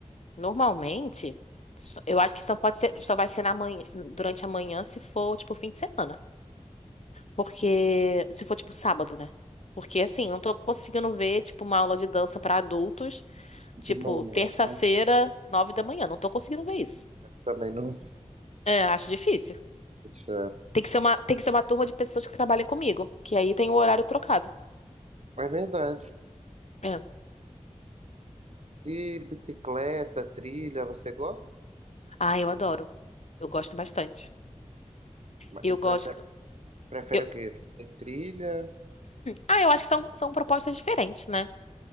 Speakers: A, on the left; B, on the right.
A: normalmente, só- eu acho que só pode ser, só vai ser na manhã, durante a manhã se for, tipo, fim de semana. Porque, se for, tipo, sábado, né? Porque assim, eu não tô conseguindo ver, tipo, uma aula de dança pra adultos, tipo,
B: De manhã,
A: terça-feira,
B: mas
A: nove da manhã. Não tô conseguindo ver isso.
B: também não.
A: É, acho difícil.
B: Puxa,
A: Tem que ser uma, tem que ser uma turma de pessoas que trabalhem comigo, que aí tem o horário trocado.
B: É verdade.
A: É.
B: E bicicleta, trilha, você gosta?
A: Ah, eu adoro. Eu gosto bastante. Eu
B: E
A: gosto.
B: prefere, prefere
A: Eu...
B: o quê? Fazer trilha?
A: Ah, eu acho que são, são propostas diferentes, né?